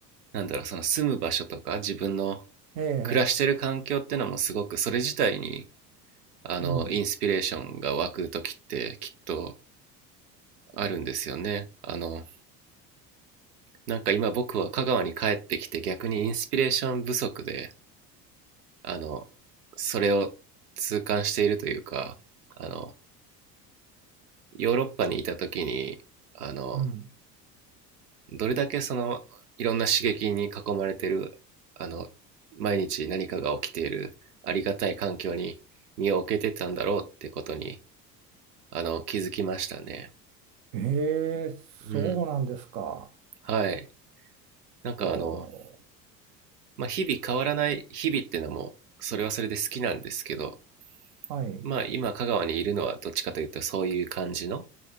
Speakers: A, on the right; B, on the right.
A: なんだろう、その住む場所とか自分の
B: い。ええ、
A: 暮らしてる環境ってのもすごく、それ自体に、あの、
B: うん、
A: インスピレーションが湧くときってきっとあるんですよね。あの、なんか今僕は香川に帰ってきて逆にインスピレーション不足で、あの、それを痛感しているというか、あの、ヨーロッパにいた時に、あの、
B: うん。
A: どれだけその、いろんな刺激に囲まれてる、あの、毎日何かが起きているありがたい環境に身を置けてたんだろうってことに、あの、気づきましたね。
B: ええ、
A: うん。
B: そうなんですか。
A: はい。なんかあの、
B: おー、
A: まあ、日々変わらない日々っていうのもそれはそれで好きなんですけど、
B: はい。
A: まあ、今香川にいるのはどっちかというとそういう感じの、